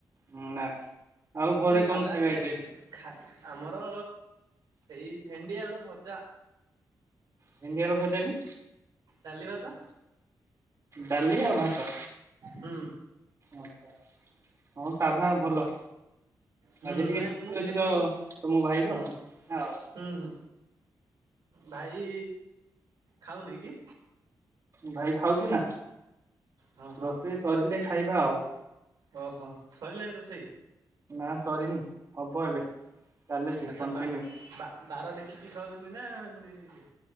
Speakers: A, on the right; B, on the right.
A: ଁ ନା। ଆଉ ଘରେ
B: ସାଲାଡ
A: କଣ ଖାଇବା
B: ଟା
A: ହେଇଛି ଆଜି?
B: ଖା-ଖା, ଆମର ଏଇ ଭେଣ୍ଡି ଆଳୁ ଭଜା।
A: ଭେଣ୍ଡିଆର ଭଜା ବି
B: ଡାଲି ଭାତ?
A: ଡାଲି ଆଉ ଭାତ।
B: ହୁଁ
A: ଆଛା। ହଉ ସାଧା ଭଲ।
B: ହୁଁ
A: ଆଜି ଟିକେ
B: ନାଇଁ
A: ଛୁଟି
B: ମୁଁ
A: ଅଛି ତ ତମ ଭାଇ
B: ହୁଁ
A: ର। ହଉ।
B: ହୁଁ ଭାଇ ଖାଉ ନି କି?
A: ଭାଇ ଖାଉଛି ନା।
B: ହଁ
A: ରୋଷେଇ ସରିଲେ ଖାଇବା ଆଉ।
B: ଓ ହୋ ସରିଲାଣି ରୋଷେଇ?
A: ନା ସରିନି। ହବ ଏବେ, ଚାଲିଛି
B: ଆଚ୍ଛା
A: କନ୍ଟିନିଉ୍।
B: ବା ବା ବାର ଦେଖିକି ଖାଉଛନ୍ତି ନା? ଏ